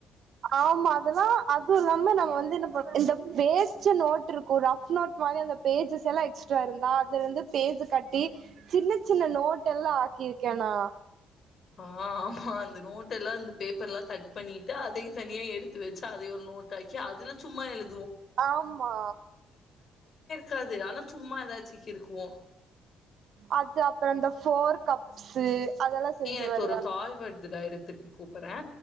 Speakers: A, on the right; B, on the left.
A: ஆமா அதெல்லா அது இல்லாம நம்ம வந்து என்ன இந்த பேஜ நோட் இருக்குமல ரப் நோட் மாதிரி அந்த பேஜஸ் எல்லா எக்ஸ்ட்ரா இருந்தா அதுல இருந்து பேஜ் கட்டி சின்ன சின்ன நோட் எல்லா ஆக்கிருக்க நா
B: அ ஆமா அந்த நோட எல்லா இந்த பேப்பர்லா கட் பண்ணிட்டு அதே தனியா எடுத்து வச்சு அதே ஒரு நோட் ஆக்கி அதுல சும்மா எழு
A: ஆமா
B: காது ஆனா சும்மா எதாச்சு கிருக்குவோ
A: அது அப்பற இந்த ஃபோர் கப்ஸு அதல்லா செஞ்சு
B: எனக்கு
A: விளையா
B: ஒரு கால் வருதுடா இரு திருப்பி கூப்பறே